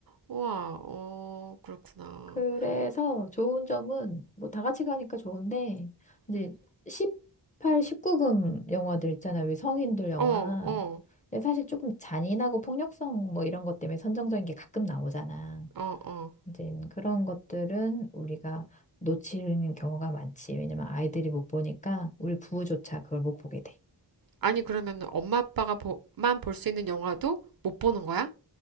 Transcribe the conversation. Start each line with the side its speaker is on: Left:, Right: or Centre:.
Right: 우와, 어, 그렇구나.
Left: 그래서 좋은 점은 뭐 다 같이 가니까 좋은데 이제
Right: 음,
Left: 18, 19금 영화들 있잖아요. 왜 성인들 영화.
Right: 어, 어,
Left: 근데 사실 조금 잔인하고 폭력성 뭐 이런 것 때문에 선정적인 게 가끔 나오잖아.
Right: 어, 어.
Left: 이제 그런 것들은 우리가 놓치는 경우가 많지. 왜냐면 아이들이 못 보니까 우리 부부조차 그걸 못 보게 돼.
Right: 아니, 그러면 엄마 아빠가 보, 만볼 수 있는 영화도 못 보는 거야?